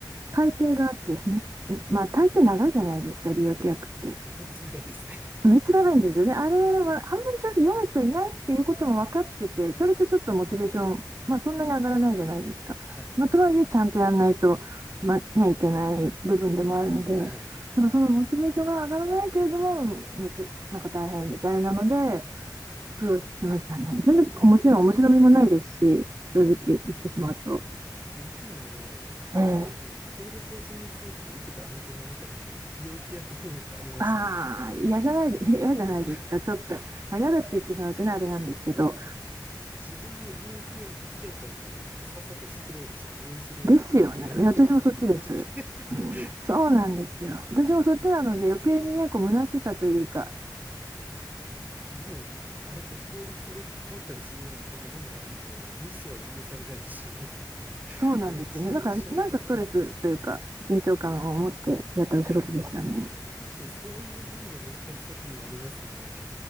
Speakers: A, on the right (about 40°); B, on the right (about 20°).
A: 改定があってです、
B: ー
A: め、まあ、大抵長いじゃないですか、利用規約って。
B: めっちゃ長いですね。<laughs>
A: めっちゃ長いんですよね。あれは、あんまり正直読む人いないっていうことも分かってて、それってちょっとモチベーション、まあ、そんなに上がらないじゃないですか。
B: はい。
A: まあ、とはいえ、ちゃんとやんないと、まあ、ね、いけない部分でもあるので、
B: はい。
A: だからそのモチベーションが上がらないけれども、めっちゃなんか大変みたいなので、苦労しましたね。全然、
B: これめっちゃわかります。
A: もちろん面白みもないですし、正直言ってしまうと。
B: 僕もあの、
A: ええ
B: えっと、クラウドソーシングサイトで受けた案件の中に利用規約翻訳ありました。
A: ああ、嫌じゃないで、嫌じゃないですか。
B: <laughs>
A: ちょっと、まあ、嫌だって言ってしまうとね、
B: あれ、
A: あれなんですけど、
B: そ、正直、自分も利用規約、規約はあの、さっさとスクロールして同意するを何も見ずにポチって
A: ですよね。いや私もそっちです。うん、
B: <laughs>
A: そうなんですよ。私もそっちなので、余計にね、こう、虚しさというか、
B: ありますよね。でも、あれって法律が関わったりするようなとこでもあるので、ミスは許されないし、<laughs>
A: そうなんですよね。
B: モチベーションも上がんないし、
A: だから、なんかストレスというか、緊張感を持ってやったお仕事でしたね。
B: な、確かにそういう意味の難しさっていうのもありますね。